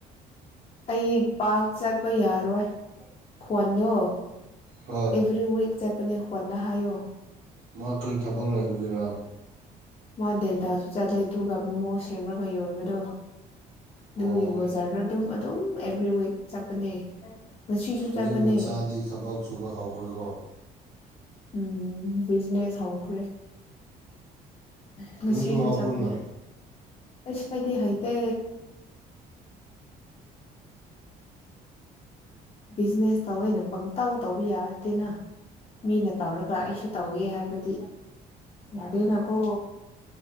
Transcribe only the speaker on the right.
ꯍꯣꯏ
ꯃꯥ ꯀꯔꯤ ꯊꯕꯛ ꯂꯩꯕꯒꯦꯔ
ꯑꯣ
ꯃꯤ
ꯃꯆꯥꯗꯤ ꯊꯕꯛ ꯁꯨꯕ ꯍꯧꯈ꯭ꯔꯦꯀꯣ
ꯅꯪꯁꯨ ꯍꯧꯈ꯭ꯔꯣꯅ